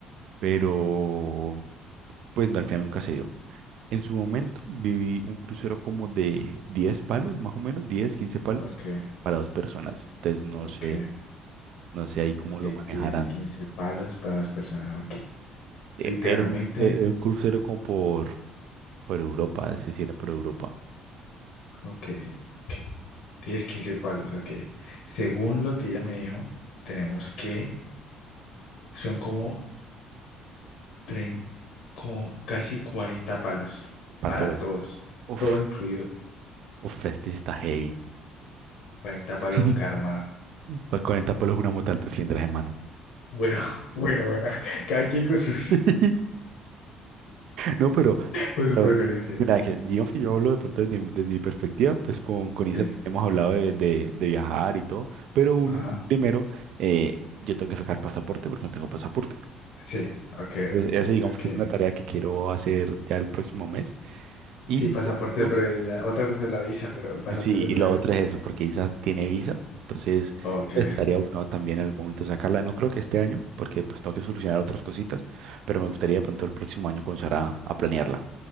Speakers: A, on the right; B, on the left.
A: pero pues no, al final nunca se dio. En su momento viví un crucero como de 10 palos, más o menos, 10 15 palos
B: Ok,
A: para dos personas. Entonces no
B: ok,
A: sé, no sé ahí cómo
B: ok.
A: lo manejarán.
B: 10, 15 palos para dos personas. Ok.
A: Eh,
B: Literalmente.
A: Era un, eh, un crucero como por, por Europa, es decir, era por Europa,
B: Ok, ok. diez 15 palos. Ok. Según lo que ella me dijo, tenemos que son como, trein- como casi 40 palos
A: para
B: para
A: todos.
B: todos.
A: Uf.
B: Todo incluido.
A: Uf, es que sí está heavy.
B: cuarenta
A: <laughs>
B: palos un carro, hermano.
A: Para 40 palos una moto alto cilindraje, hermano.
B: Bueno, <laughs> bueno, bueno. Cada quien con sus,
A: <laughs> No, pero,
B: con sus
A: pero,
B: preferencias.
A: mira, que digamos que yo hablo de pronto desde, mi desde mi perspectiva, pues con, con
B: Sí.
A: Isa hemos hablado de, de- de viajar y todo, pero uno,
B: Ajá.
A: primero, eh, yo tengo que sacar pasaporte porque no tengo pasaporte.
B: Sí. Ok.
A: Entonces, esa digamos
B: Ok.
A: que es una Ok. tarea que quiero hacer ya el próximo mes y
B: Sí, pasaporte
A: yo
B: breve. Ya. Otra cosa es la visa, pero el pasaporte
A: Sí,
B: breve.
A: y lo otro es eso, porque Isa tiene visa, entonces
B: Ok.
A: estaría buscando también en algún momento sacarla. No creo que este año, porque pues tengo que solucionar otras cositas, pero me gustaría de pronto el próximo año comenzar a, a planearla.